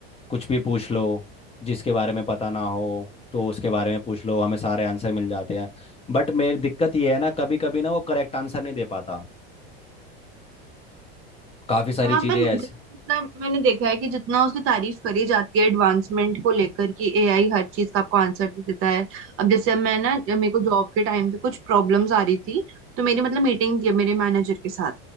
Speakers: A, on the left (about 20°); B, on the right (about 45°).
A: कुछ भी पूछ लो जिसके बारे में पता ना हो तो उसके बारे में पूछ लो हमें सारे आंसर मिल जाते हैं बट मेरी दिक्कत ये है ना कभी कभी ना वो करेक्ट आंसर नहीं दे पाता काफ़ी सारी
B: हाँ
A: चीज़ें
B: पर
A: ऐसे
B: जैसे मतलब मैंने देखा है कि जितना उसकी तारीफ करी जाती है एडवांसमेंट को लेकर कि एआई हर चीज का आपको आंसर दे देता है अब जैसे मैं ना जब मेरे को जॉब के टाइम पे कुछ प्रॉब्लम्स आ रही थी तो मेरी मतलब मीटिंग थी मेरे मैनेजर के साथ